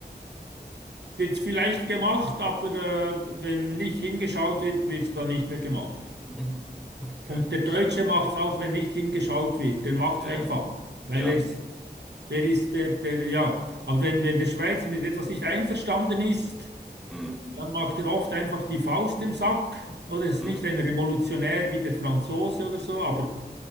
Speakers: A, on the right; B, in the centre.
A: wird es vielleicht gemacht, aber äh, wenn nicht hingeschaut wird, wird es dann nicht mehr gemacht.
B: Mhm. Okay.
A: Und der Deutsche
B: So.
A: macht es auch, wenn nicht hingeschaut wird. Der macht
B: Ja,
A: es einfach, weil
B: ja.
A: es, der ist der, der, ja. Aber wenn, wenn der Schweizer mit etwas nicht einverstanden ist,
B: Mhm.
A: Dann macht er oft einfach die Faust im Sack. Oder ist
B: Mhm.
A: nicht ein Revolutionär wie der Franzose oder so, aber